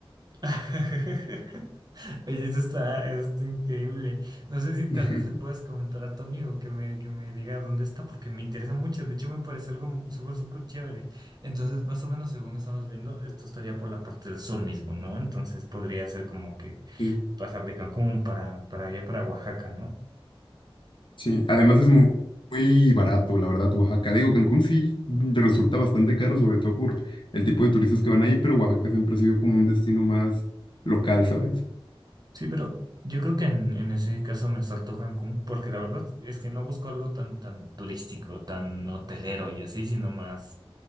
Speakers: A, on the right; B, on the left.
A: <laughs> Oye, eso está, está increíble. No sé si
B: <laughs>
A: tal vez le puedes comentar a tu amigo que me, que me diga dónde está, porque me interesa mucho. De hecho, me parece algo súper, súper chévere. Entonces, más o menos, según estamos viendo, esto estaría por la parte del sur mismo, ¿no? Entonces, podría ser como que
B: Sí,
A: pasar de Cancún para, para allá, para Oaxaca, ¿no?
B: sí. Además es mu- muy, barato, la verdad, Oaxaca. Digo, Cancún sí resulta bastante caro, sobre todo por el tipo de turistas que van ahí, pero Oaxaca siempre ha sido como un destino más local, ¿sabes?
A: Sí, pero yo creo que en, en ese caso me saltó Cancún, porque la verdad es que no busco algo tan, tan turístico, tan hotelero y así, sino más.